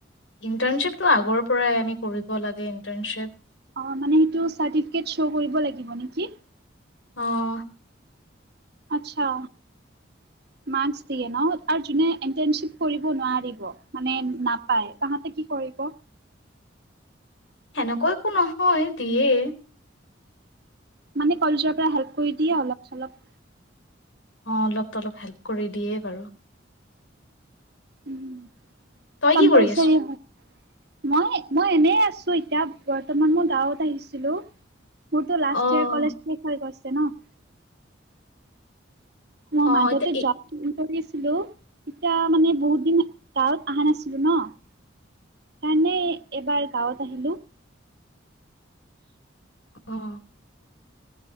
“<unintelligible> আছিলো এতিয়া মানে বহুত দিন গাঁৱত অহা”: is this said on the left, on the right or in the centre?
Right